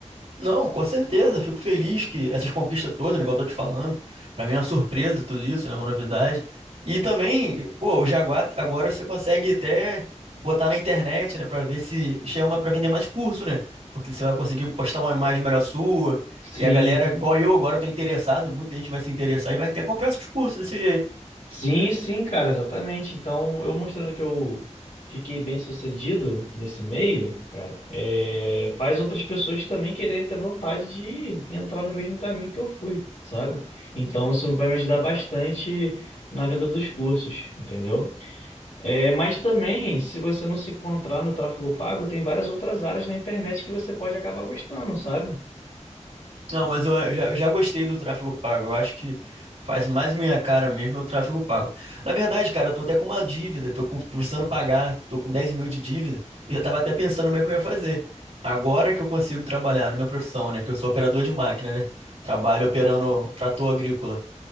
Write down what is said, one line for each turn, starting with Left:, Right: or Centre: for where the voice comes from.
Right: Não, com certeza. Fico feliz que essas conquistas todas, né, igual eu tô te falando, pra mim é uma surpresa tudo isso, é uma novidade. E também, pô, o Jaguar agora você consegue até botar na internet, né, Pra ver se chama pra vender mais curso, né? Porque você vai conseguir postar uma imagem melhor sua
Left: Sim.
Right: e a galera, igual eu agora, eu tô interessado, muita gente vai se interessar e vai até comprar seus cursos desse jeito.
Left: Sim, sim, cara, exatamente. Então, eu mostrando que eu fiquei bem sucedido nesse meio, cara, é, faz outras pessoas também quererem ter vontade de entrar no mesmo caminho que eu fui, sabe? Então, isso vai me ajudar bastante na venda dos cursos, entendeu? É, mas também, se você não se encontrar no tráfego pago, tem várias outras áreas na internet que você pode acabar gostando, sabe?
Right: Não, mas eu, eu já, eu já gostei do tráfego pago. Eu acho que o que faz mais minha cara mesmo é o tráfego pago. Na verdade, cara, eu tô até com uma dívida, tô com- precisando pagar, tô com dez mil de dívida, e eu tava até pensando no que eu ia fazer. Agora que eu consigo trabalhar na minha profissão, né? Que eu sou operador de máquina, né? Trabalho operando trator agrícola.